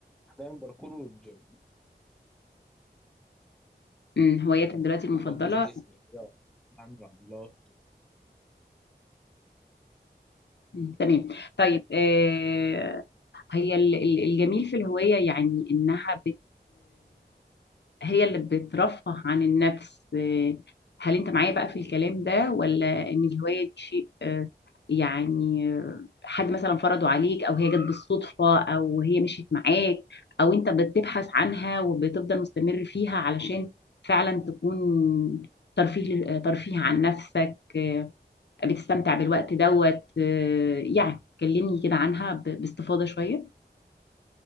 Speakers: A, in the centre; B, on the left (about 75°).
A: حاليا باركور والجيم
B: مم، هوايتك دلوقتي المفضلة
A: وببني جسمي كده بعمل عضلات
B: مم، تمام طيب آه هي ال- ال- الجميل في الهواية يعني إنها بت هي اللي بترفه عن النفس هل أنت معايا بقى في الكلام ده ولا إن الهواية دي شيء آه، يعني آه، حد مثلا فرضه عليك أو هي جت بالصدفة أو هي مشيت معاك أو أنت بتبحث عنها وبتفضل مستمر فيها علشان فعلا تكون ترفيه ترفيه عن نفسك آه، بتستمتع بالوقت دوت آه، يعني كلمني كده عنها ب- باستفاضة شوية